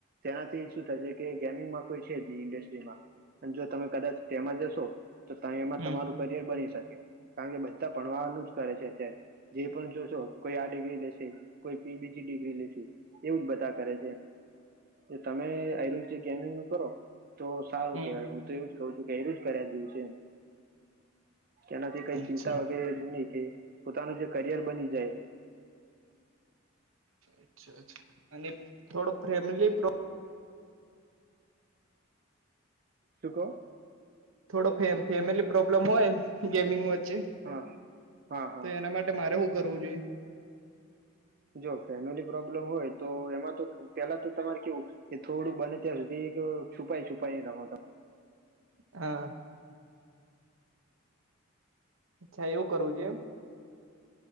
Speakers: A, on the right; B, on the right.
A: તેનાથી શું થશે કે ગેમિંગમાં કોઈ છે ઇન્ડસ્ટ્રીમાં અને જો તમે કદાચ તેમાં જશો તો તમે એમાં
B: હમ
A: તમારું કરિયર બની શકે કારણ કે બધા ભણવાનું જ કરે છે અત્યારે જે પણ જોશો કોઈ આ ડિગ્રી લેશે કોઈ પી. જી ની ડિગ્રી લેશે એવું જ બધા કરે છે તમે આજ જે ગેમિંગ નું કરો તો સારું
B: હમ
A: કહેવાય હું તો એવું જ કહું છું કે એ જ કર્યા જેવું છે કે એનાથી કઈ
B: અચ્છા
A: ચિંતા વગેરે નહી કે પોતાનું જે કરિયર બની જાય
B: અચ્છા અચ્છા અને થોડુંક ફેમિલી ગૃ
A: શું કહો
B: થોડો ફેમિલી ફેમિલી પ્રોબ્લેમ હોય ગેમિંગ વચ્ચે
A: હા હા હા
B: તો એના માટે મારે શું કરવું જોઈએ
A: જો ફેમિલી પ્રોબ્લેમ હોય તો એમાં તો પેલા તો તમારે કેવું કે થોડું બને ત્યાં સુધી એક છુપાઈ છુપાઈ રમતો
B: હા અચ્છા એવું કરવું જોઈએ એમ